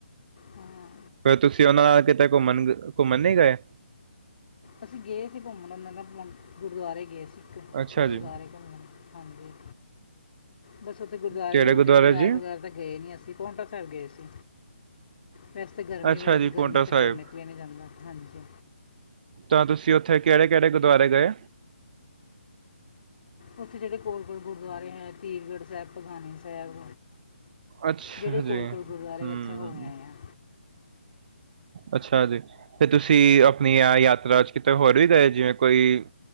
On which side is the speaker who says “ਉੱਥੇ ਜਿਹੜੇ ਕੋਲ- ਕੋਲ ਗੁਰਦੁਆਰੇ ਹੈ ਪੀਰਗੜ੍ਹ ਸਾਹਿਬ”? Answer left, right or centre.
Left